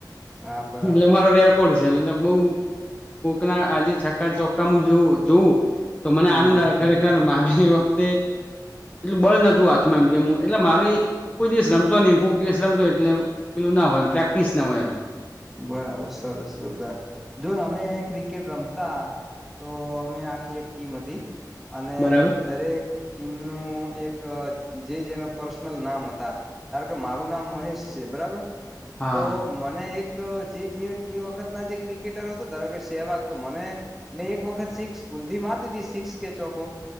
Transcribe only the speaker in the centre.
હા બરાબર
હમ હમ
બરાબર સરસ જોરદાર જોને અમે ક્રિકેટ રમતા તો અમે આખી એક ટીમ હતી અને
દરેક ટીમનું એક જે જેને પર્સનલ નામ હતા કે મારું નામ મહેશ છે બરાબર
તો મને એક જે એ વખત ના જે ક્રિકેટરો હતો ધારો કે સેવાગ તો મને મેં એક વખત સિક્સ ભૂલથી મારી દીધી સિક્સ કે ચોકો